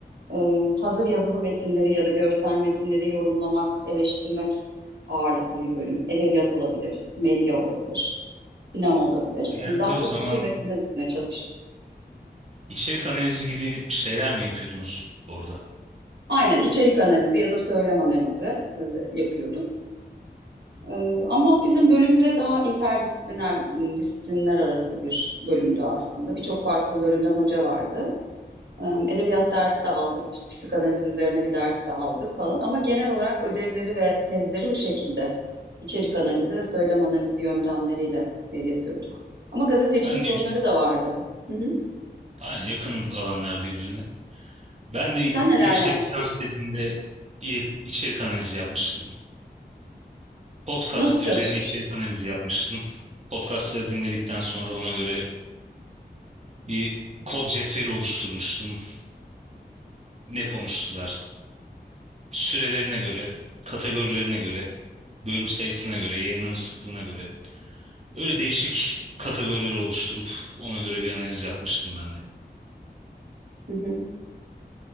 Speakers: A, on the right; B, on the right.
A: e, hazır yazılı metinleri ya da görsel metinleri yorumlamak, eleştirmek ağırlıklı bir bölüm. Edebiyat olabilir, medya olabilir, sinema olabilir.
B: Genelde
A: Yani daha çok
B: o zaman
A: bu tür metinler üstüne çalıştık.
B: içerik analizi gibi şeyler mi yapıyordunuz orada?
A: Aynen içerik analizi ya da söylem analizi e, yapıyorduk. E, ama bizim bölümde daha interdisipliner, m, disiplinler arası bir bölümdü aslında. Birçok farklı bölümden hoca vardı. Em, Edebiyat dersi de aldık, işte psikanaliz üzerine bir ders de aldık falan. Ama genel olarak ödevleri ve tezleri bu şekilde. İçerik analizi ve söylem analizi yöntemleriyle e, yapıyorduk. Ama gazetecilik
B: Ben
A: konuları
B: de yük-
A: da vardı. Hı hı.
B: aynen yakın alanlar birbirine. Ben de i-
A: Sen neler
B: yüksek
A: yaptın?
B: lisans tezimde il- içerik analizi yapmıştım. Podcast
A: Nasıl çalışmıştın?
B: üzerine içerik analizi yapmıştım. Podcastları dinledikten sonra ona göre Bir kod cetveli oluşturmuştum. Ne konuştular? Sürelerine göre, kategorilerine göre, bölüm sayısına göre, yayınlama sıklığına göre. Öyle değişik kategoriler oluşturup ona göre bir analiz yapmıştım ben de.
A: Hı hı.